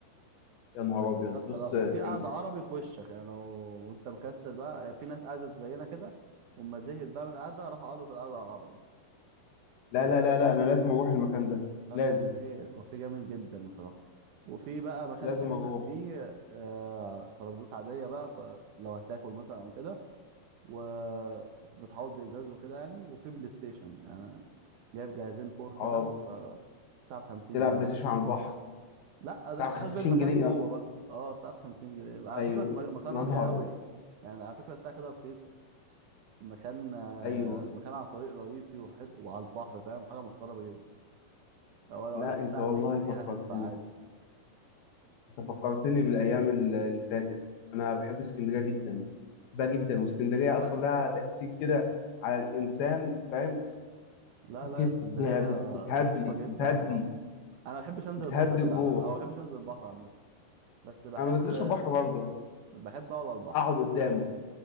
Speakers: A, on the left; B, on the right.
A: يا نهار
B: بس
A: ابيض
B: ثابتة
A: بص
B: بقى
A: يا
B: وفي
A: اسكندريه
B: قعدة عربي في وشك يعني لو وانت مكسل بقى في ناس قعدت زينا كده وما زهقت بقى من القعدة راحوا قعدوا في القعدة العربي
A: لا لا لا لا انا لازم اروح المكان ده
B: لا
A: لازم
B: كافيه كافيه جامد جدا بصراحة وفي بقى مكان
A: لازم
B: تاني
A: اروح
B: في قلبيه آه، ترابيزات عادية بقى ك- لو هتاكل مثلا أو كده وبتحوط بإزاز وكده يعني وفي بلاي ستيشن يعني جايب جهازين فور كده
A: اه
B: والساعة بخمسين
A: تلعب
B: جنيه
A: بلاي ستيشن على البحر
B: لا ده
A: تلعب
B: في
A: 50
B: قلب المكان
A: جنيه
B: جوه بقى اه الساعة بخمسين جنيه على
A: ايوه
B: فكرة في مك- مكان
A: يا
B: راقي
A: نهار
B: قوي يعني على فكرة الساعة كده رخيصة المكان آه،
A: ايوه
B: مكان على طريق رئيسي وحد... وعلى البحر فاهم حاجة محترمة جدا ولو
A: لا
B: قالك الساعة
A: انت والله
B: ب 100 جنيه
A: فكرتني
B: هتدفع عادي
A: انت فكرتني بالايام ال- اللي فاتت انا بحب اسكندريه جدا بحبها جدا واسكندريه
B: لا
A: اصلا
B: انت
A: لها تاثير كده على الانسان فاهم
B: لا
A: بتهد
B: لا يا اسكندرية
A: بت- بتهدي
B: لطيفة جدا
A: بتهدي
B: بصراحة أنا ما بحبش أنزل
A: بتهدي
B: البحر بتاعها
A: الروح
B: أو ما بحبش أنزل البحر عامة بس بحب
A: انا ما بنزلش البحر برضه
B: بحب أقعد على البحر
A: اقعد قدامه